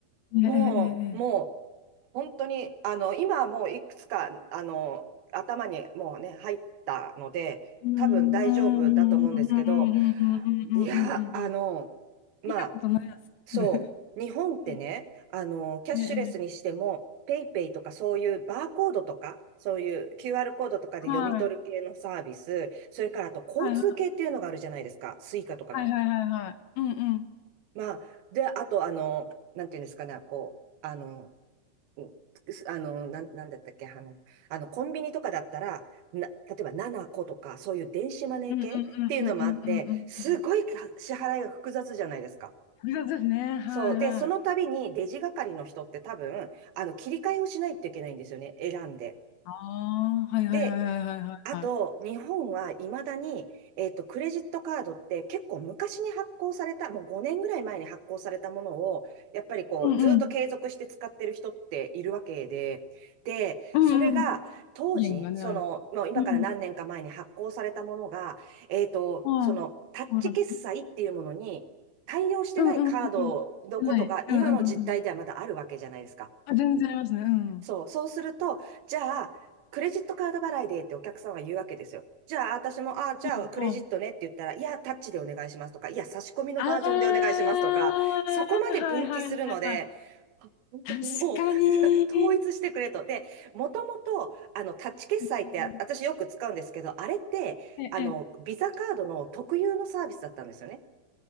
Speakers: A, on the left (about 75°); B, on the right (about 70°).
A: ええええええ。
B: もう、もう、本当に、あの、今はもういくつか、あの、頭にもうね、入ったので、
A: うん、
B: 多分大丈夫だと思うんですけど、
A: うん、うん、うん、うん、うん、うん、
B: いや、
A: うん、うん、うん、
B: あの、
A: うん。
B: まあ、
A: 見たことないやつ。
B: そう、
A: <laughs>
B: 日本ってね、
A: え
B: あの、キャッシュレスにしても、
A: え、ええ
B: ペイペイとかそういうバーコードとか、そういう QR コードとかで読み取る系のサービス、
A: はい、
B: それからあと交通系っていうのがあるじゃないですか、
A: はい、は
B: スイカとかの。
A: い、はい、はい、はい。うん、うん。
B: まあ、で、あと、あの、なんていうんですかね、こう、あの、うあの、なん、なんだったっけ、あの、あのコンビニとかだったら、な、例えば7個とか、そういう電子マネー系っていうのもあって、
A: うん、うん、うん、うん、うん、うん、うん。
B: すごい支払いが複雑じゃないですか。
A: 複雑ですね。はい、
B: そう。で、
A: はい。
B: その度にレジ係の人って多分、あの、切り替えをしないといけないんですよね。選んで。
A: ああ、はい、はい、
B: で、
A: はい、はい、はい、はい。
B: あと、
A: はい
B: 日本はいまだに、えっと、クレジットカードって結構昔に発行された、もう5年ぐらい前に発行されたものを、やっぱりこう、
A: うん、
B: ずっと継続して使ってる人っているわけで、
A: うん、
B: で、
A: うん、
B: それが当時、
A: うん。意見がね、
B: その、
A: ある。
B: もう今から何年か前に発行されたものが、
A: うん、
B: えっと、
A: はい。
B: その、タッチ決済っていうものに対応してないカードのことが今の実態ではまだあるわけじゃないですか。
A: そうだね。うん、うん、うん、うん。はい。うん、うん、うん、うん。あ、全然ありますね。うん。
B: そう、
A: は
B: そうすると、じゃあ、クレジットカード払いでってお客さんは言うわけですよ。じゃあ、私も、あ、じゃあ、
A: い、
B: クレジットねって言ったら、いや、タッチでお願いしますとか、いや、差し込みのバージョンでお願いしますとか、
A: ああ、は
B: そこまで分岐するので、
A: いはいはいはい。
B: あ本当にもう
A: 確かに。
B: <laughs> 統一してくれと。で、もともと、あの、タッチ決済ってあ私よく使うんですけど、
A: うん、
B: あれって、
A: ええ、
B: あの、ビザカードの特有のサービスだったんですよね。